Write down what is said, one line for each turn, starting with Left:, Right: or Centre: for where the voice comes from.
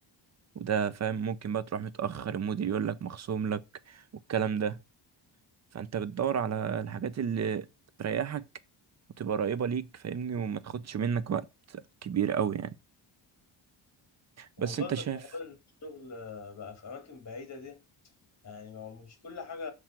Right: وده فاهم ممكن بقى تروح متأخر المدير يقول لك مخصوم لك والكلام ده فانت بتدور على الحاجات اللي تريحك وتبقى قريبة ليك فاهمني وما تاخدش منك وقت كبير قوي يعني بس
Left: ما هو برضك
Right: انت شايف
Left: بحاول إن الشغل آه، بقى في أماكن بعيدة دي يعني ما هو مش كل حاجة